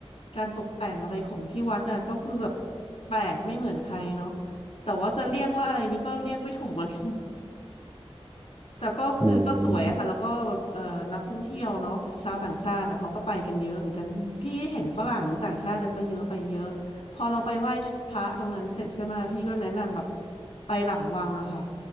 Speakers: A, on the left; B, on the right.
A: การตกแต่งอะไรของที่วัดน่ะก็คือแบบแปลกไม่เหมือนใครเนาะแต่ว่าจะเรียกว่าอะไรนี้ก็เรียกไม่ถูกเหมือนกัน แต่ก็คือก็สวยอะค่ะแล้วก็เอ่อนักท่องเที่ยวเนาะชาวต่างชาติอะเขาก็ไปกันเยอะเหมือนกันพี่เห็นฝรั่งหรือต่างชาติอะก็เยอะไปเยอะพอเราไปไหว้พระตรงนั้นเสร็จใช่ไหมพี่ก็แนะนำแบบ
B: อืม
A: ไปหลังวังอะค่ะ